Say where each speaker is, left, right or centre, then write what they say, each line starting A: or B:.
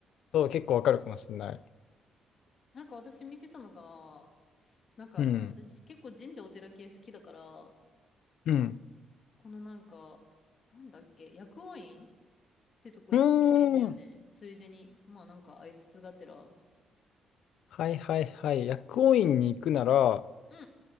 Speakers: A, on the left; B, on the left.
A: そう、結構わかるかもしれない。
B: なんか私見てたのが、なんか私結構神社お寺系好きだから、
A: うん。うん。
B: このなんか、なんだっけ、薬王院てとこ行ってみたいんだよね。
A: うーん。
B: ついでに。まあなんか挨拶がてら。うん、
A: はいはいはい。薬王院に行くなら、
B: う